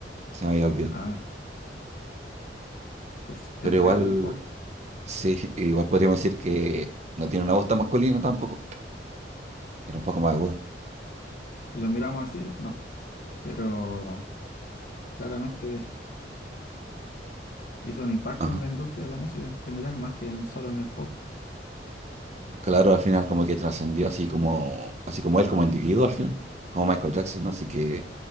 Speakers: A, on the right; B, on the left.
A: se me había olvidado.
B: Ah, pues el
A: Pero igual
B: rey del pop.
A: Sí, igual podríamos decir que no tiene una voz tan masculina tampoco. Era un poco más aguda.
B: Si lo miramos así, no. pero claramente hizo un impacto
A: Ajá.
B: en la industria de la música en general, más que en el solo en el pop.
A: Claro, al final como que trascendió así como, así como él como individuo al final, como Michael Jackson, ¿no? así que